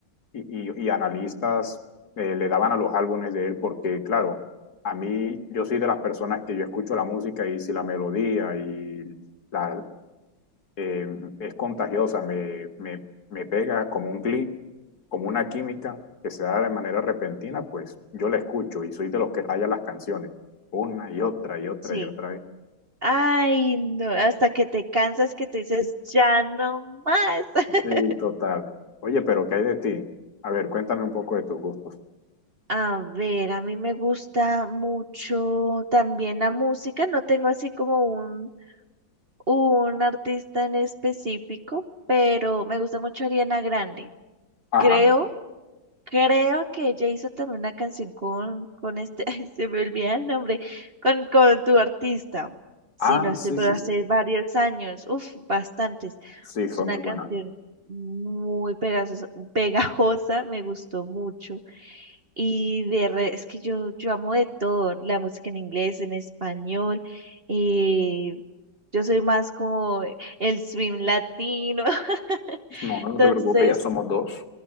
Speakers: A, on the left (about 55°); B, on the right (about 35°).
A: y, y- y analistas eh, le daban a los álbumes de él, porque claro, a mí yo soy de las personas que yo escucho la música y si la melodía y la, eh, es contagiosa, me, me, me pega como un clic, como una química que se da de manera repentina, pues yo la escucho y soy de los que raya las canciones una y otra y otra
B: Sí.
A: y otra vez.
B: Ay, no, hasta que te cansas que te dices, ya no más. <laughs>
A: Sí, total. Oye, pero ¿qué hay de ti? A ver, cuéntame un poco de tus gustos.
B: A ver, a mí me gusta mucho también la música. No tengo así como un artista en específico, pero me gusta mucho Ariana Grande.
A: Ajá.
B: Creo Creo que ella hizo también una canción con, con este, <laughs> ay, se me olvida el nombre, con, con tu artista. Si
A: Ah,
B: no estoy,
A: sí,
B: pero
A: sí,
B: hace
A: sí.
B: varios años, uff, bastantes.
A: Sí, fue
B: Es una
A: muy
B: canción
A: buena.
B: muy pegajosa, pegajosa, me gustó mucho. Y de re- es que yo, yo amo de todo, la música en inglés, en español, eh, yo soy más como el swing latino, <laughs>
A: No, no
B: entonces
A: te preocupes, ya somos dos.